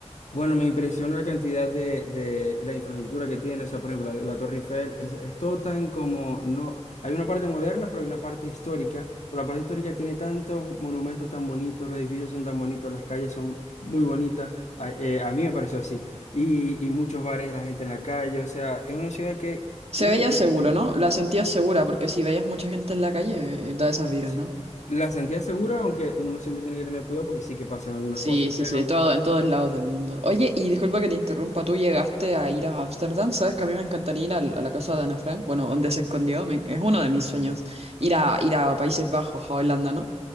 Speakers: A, on the left (about 80°); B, on the right (about 60°).
A: Bueno, me impresiona la cantidad de, de la infraestructura que tiene, o sea, por ejemplo, la, la Torre Eiffel, es, es todo tan como, no, hay una parte moderna, pero hay una parte histórica, pero la parte histórica tiene tantos monumentos tan bonitos, los edificios son tan bonitos, las calles son muy bonitas, a, eh, a mí me pareció así, y, y muchos bares, la gente en la calle, o sea, es una ciudad que,
B: Se
A: no
B: veía
A: sé, te,
B: seguro,
A: te-
B: ¿no? La sentías segura, porque si veías mucha gente en la calle, eh, da esas vibras,
A: sí,
B: ¿no?
A: la sentía segura, aunque uno siempre tiene que tener cuidado porque sí que pasan algunas
B: Sí,
A: cosas,
B: sí,
A: pero...
B: sí, en todo, en todos lados del mundo. Oye, y disculpa que te interrumpa, tú llegaste a ir a Ámsterdam, ¿sabes que a mí me encantaría ir al- a, la casa de Ana Frank? Bueno, donde se escondió, me- es uno de mis
A: Ujú.
B: sueños, ir a, ir a Países Bajos, a Holanda, ¿no?